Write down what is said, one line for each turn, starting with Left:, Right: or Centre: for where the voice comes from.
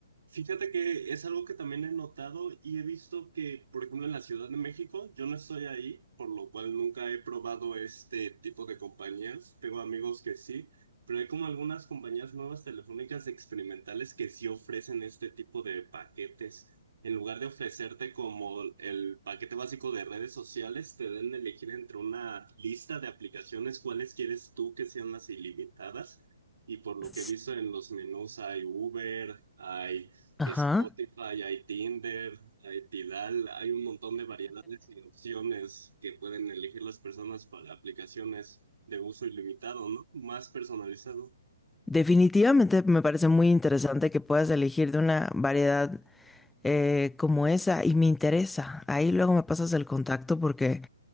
Right: fíjate que es algo que también he notado y he visto que, por ejemplo, en la Ciudad de México, yo no estoy ahí, por lo cual nunca he probado este tipo de compañías. Tengo amigos que sí, pero hay como algunas compañías nuevas telefónicas experimentales que sí ofrecen este tipo de paquetes. En lugar de ofrecerte como el paquete básico de redes sociales, te dan a elegir entre una lista de aplicaciones cuáles quieres tú que sean las ilimitadas y por lo
Centre: S-
Right: que he visto en los menús hay Uber, hay Spotify,
Centre: Ajá.
Right: hay Tinder, hay Tidal, hay un montón de variedades y opciones que pueden elegir las personas para aplicaciones de uso ilimitado, ¿no? Más personalizado.
Centre: Definitivamente me parece muy interesante que puedas elegir de una variedad eh, como esa y me interesa. Ahí luego me pasas el contacto porque